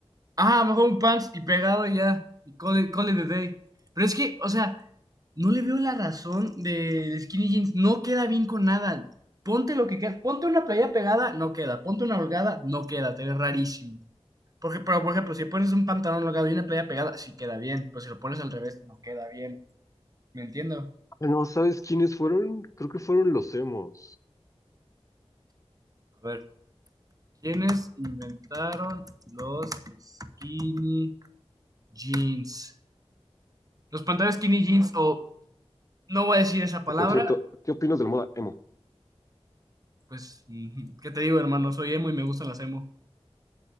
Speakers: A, on the right (about 35°); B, on the left (about 30°).
A: Ah, mejor un pants y pegado y ya. Y call it, call it a day. Pero es que, o sea, no le veo la razón del skinny jeans. No queda bien con nada. Ponte lo que quieras. Ponte una playa pegada, no queda. Ponte una holgada, no queda. Te ve rarísimo. Porque, pero, por ejemplo, si pones un pantalón holgado y una playa pegada, sí queda bien. Pero si lo pones al revés, no queda bien. ¿Me entiendo?
B: Ah, No, ¿sabes quiénes fueron? Creo que fueron los emos.
A: A ver, ¿quiénes inventaron los skinny jeans? Los pantalones skinny jeans, o no voy a decir esa palabra.
B: Que por cierto, ¿qué opinas de la moda emo?
A: Pues, ujú, ¿qué te digo, hermano? Soy emo y me gustan las emo.